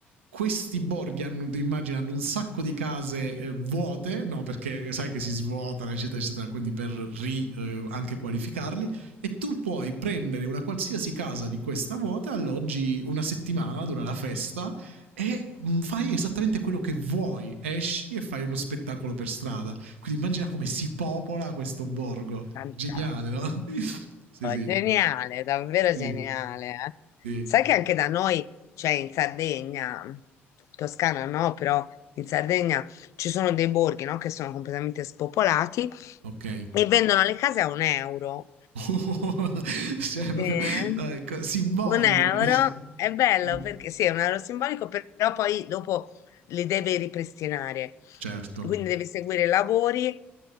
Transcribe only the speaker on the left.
Fantastico,
geniale, davvero
geniale. eh.
Sai che anche da noi, cioè in Sardegna, Toscana no, però in Sardegna ci sono dei borghi, no, che sono completamente spopolati
e vendono le case a un euro.
Sì.
Un euro
è bello
perché sì, è un euro simbolico, però poi dopo li deve ripristinare.
Quindi devi seguire i lavori